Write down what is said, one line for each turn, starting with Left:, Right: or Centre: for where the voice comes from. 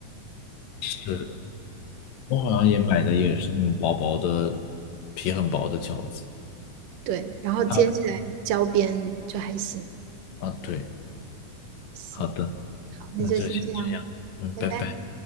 Left: 是，我好像也买的也是那种薄薄的皮很薄的饺子。
Right: 对，然后煎起来焦边就还行。
Left: 它啊，对。
Right: 行。
Left: 好的，
Right: 好，那就先这样，
Left: 那就先这样，嗯，
Right: 拜拜。
Left: 拜拜。